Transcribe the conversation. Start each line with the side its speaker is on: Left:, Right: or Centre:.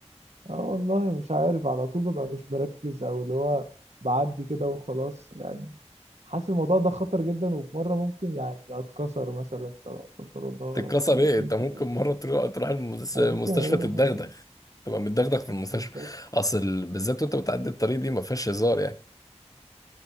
Right: اه والله مش عارف على طول ببقى مش مركز أو اللي هو بعدي كده وخلاص يعني حاسس الموضوع ده خطر جدا وفي مرة ممكن يعني أتكسر مثلا لا قدر الله
Left: تتكسر
Right: الحاجات
Left: ايه
Right: دي
Left: انت ممكن
Right: كده
Left: مرة تروح تروح المس-
Right: أو
Left: المستشفى
Right: ممكن أروح
Left: تتدغدغ
Right: آه،
Left: تبقى متدغدغ في المستشفى
Right: بالظبط
Left: اصل ال- بالذات وانت بتعدي الطريق دي ما فيهاش هزار يعني